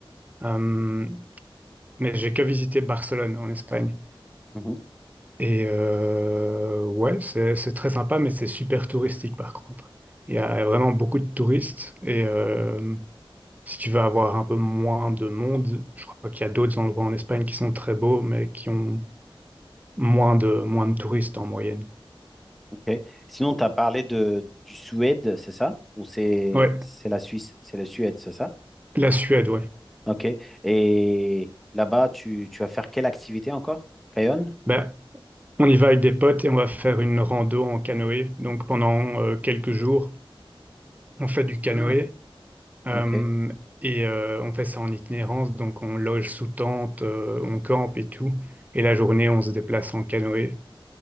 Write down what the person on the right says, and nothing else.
euh, mais j'ai que visité Barcelone en Espagne.
Et euh, ouais, c'est c'est très sympa, mais c'est super touristique par contre. Il y a vraiment beaucoup de touristes et euh, Si tu veux avoir un peu moins de monde, je crois qu'il y a d'autres endroits en Espagne qui sont très beaux, mais qui ont moins de, moins de touristes en moyenne.
Ouais,
la Suède, ouais.
Ben, on y va avec des potes et on va faire une rando en canoë. Donc pendant euh, quelques jours, on fait du canoë
euh,
et euh, on fait ça en itinérance. Donc on loge sous tente, euh, on campe et tout. Et la journée, on se déplace en canoë.